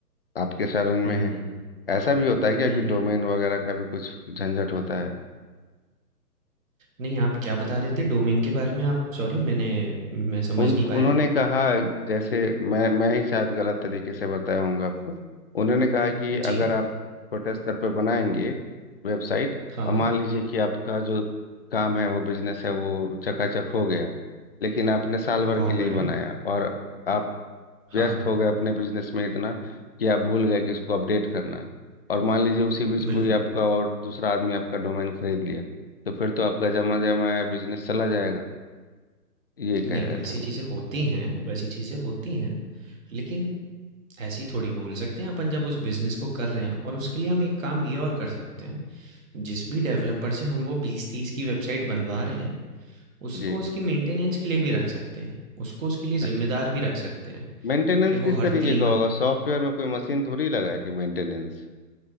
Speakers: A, on the left; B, on the right.
A: आपके शरण
B: हुँ,
A: में हैं
B: हुँ।
A: ऐसा भी होता है क्या
B: हुँ,
A: कि डोमेन
B: हुँ, हुँ।
A: वगैरह का भी कुछ झंझट होता है
B: नहीं, आप क्या बता रहे थे डोमेन के बारे में आप? सॉरी मैंने मैं समझ
A: उन
B: नहीं पाया।
A: उन्होंने कहा जैसे मैं मैं ही शायद गलत तरीके से बताया होऊंगा आपको उन्होंने कहा कि
B: जी।
A: अगर आप छोटे स्तर पे बनाएंगे वेबसाइट
B: हाँ,
A: और
B: हाँ।
A: मान लीजिए कि आपका जो काम है वो बिजनेस है वो चकाचक हो गया लेकिन आपने साल भर
B: बहुत
A: के लिए
B: बढ़िया।
A: बनाया और आप व्यस्त
B: हाँ, हाँ।
A: हो गए अपने बिजनेस में इतना कि आप भूल गए कि इसको अपडेट करना है और मान लीजिए उसी बीच
B: बिल्कुल।
A: कोई आपका और दूसरा आदमी आपका डोमेन खरीद लिया तो फिर तो आपका जमा जमा बिजनेस चला जाएगा ये कह
B: नहीं,
A: रहे
B: वैसी
A: थे वो
B: चीज़ें होती हैं वैसी चीज़ें होती हैं, लेकिन ऐसी थोड़ी बोल सकते हैं अपन जब उस बिज़नेस को कर रहे हैं और उसके लिए हम एक काम ये और कर सकते हैं जिस भी डेवलपर से हम वो बीस तीस की वेबसाइट बनवा रहे हैं उसको
A: जी
B: उसकी मेंटेनेंस के लिए भी रख सकते हैं उसको उसके लिए
A: अच्छा।
B: जिम्मेदार भी रख सकते हैं
A: मेंटेनेंस
B: कि वो
A: किस
B: हर
A: तरीके
B: तीन
A: का
B: महीने
A: होगा सॉफ्टवेयर में कोई मशीन थोड़ी लगा है कि मेंटेनेंस